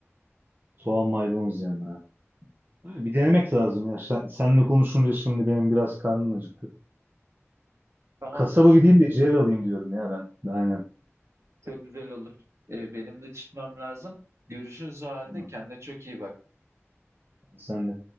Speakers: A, on the right; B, on the right.
A: Soğan maydanoz yanına. Ha, Bir denemek lazım ya. Sen, seninle konuşunca şimdi benim biraz karnım acıktı.
B: Tamamdır.
A: Kasaba gideyim de ciğer alayım diyorum ya ben. Aynen.
B: Çok güzel olur. Eee, benim de çıkmam lazım. Görüşürüz o halde.
A: Aynen.
B: Kendine çok iyi bak.
A: Sen de.